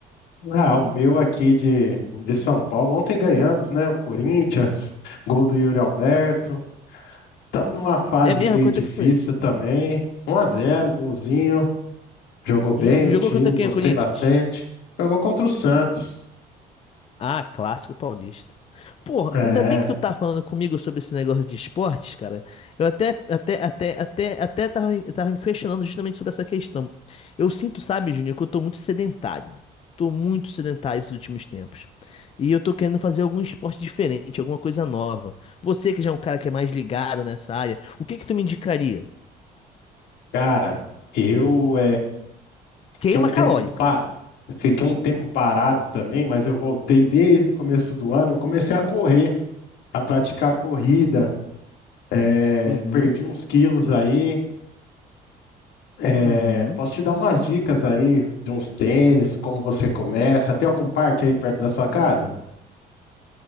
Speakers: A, on the left; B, on the left.
A: Ah, o meu aqui de, de São Paulo. Ontem ganhamos, né? O Corinthians, gol do Yuri Alberto. Estamos numa fase
B: É mesmo?
A: meio
B: Quanto
A: difícil
B: é que foi?
A: também. 1 a 0, golzinho. Jogou bem
B: Jo- Jogou
A: o time,
B: contra quem,
A: gostei
B: o Corinthians?
A: bastante. Jogou contra o Santos.
B: Ah, clássico paulista. Porra,
A: É,
B: ainda bem que tu tá falando comigo sobre esse negócio de esportes, cara. Eu até, até, até, até, até tava, me- tava me questionando justamente sobre essa questão. Eu sinto, sabe, Júnior, que eu tô muito sedentário. Tô muito sedentário esses últimos tempos. E eu tô querendo fazer algum esporte diferente, alguma coisa nova. Você que já é um cara que é mais ligado nessa área, o que que tu me indicaria?
A: cara, eu
B: Queima
A: Fiquei um tempo,
B: calórica.
A: pa- Fiquei um tempo parado também, mas eu voltei desde o começo do ano. Eu comecei a correr, a praticar corrida, eh,
B: Uhum,
A: perdi uns quilos aí. eh,
B: uhum.
A: posso te dar umas dicas aí de uns tênis, como você começa? Tem algum parque aí perto da sua casa?